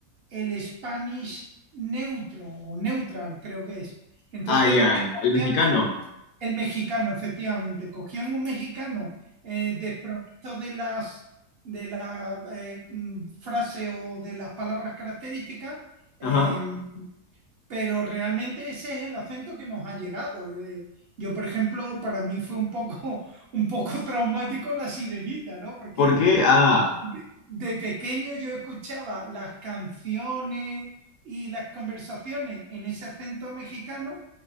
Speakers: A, on the right; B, on the left.
A: el Spanish neutro o neutral, creo que es. Entonces
B: Ah, ya.
A: lo que cogían
B: El mexicano.
A: el mexicano, efectivamente. Cogían un mexicano eh, desprovisto de las de la eh, mm, frase o de las palabras características,
B: Ajá.
A: eh, pero realmente ese es el acento que nos ha llegado. Eh, yo, por ejemplo, para mí fue un poco, <laughs> un poco traumático la sirenita, ¿no? Porque
B: ¿Por qué? Ah,
A: de de pequeño yo escuchaba las canciones y las conversaciones en ese acento mexicano